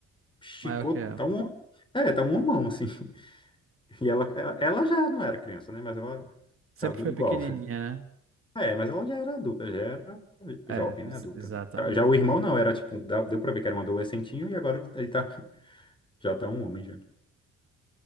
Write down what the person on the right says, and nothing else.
Maior que ela.
Sempre
foi
pequenininha,
né?
É,
ex-
exatamente.